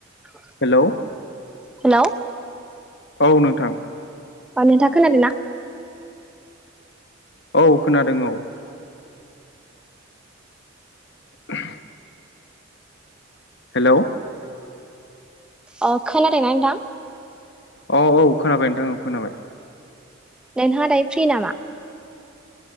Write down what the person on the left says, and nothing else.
Hello
औ नोंथां।
औ खोनादों औ। <inaudible> हेल'
औ औ खोनाबाय नोंथां औ खोनाबाय।